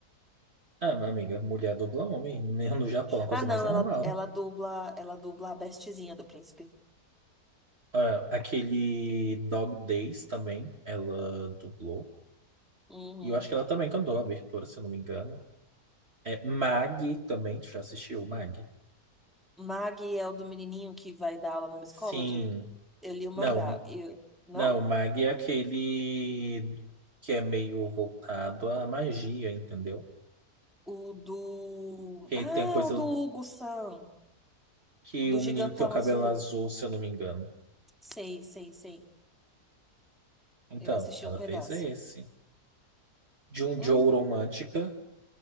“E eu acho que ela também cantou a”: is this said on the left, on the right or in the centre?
Right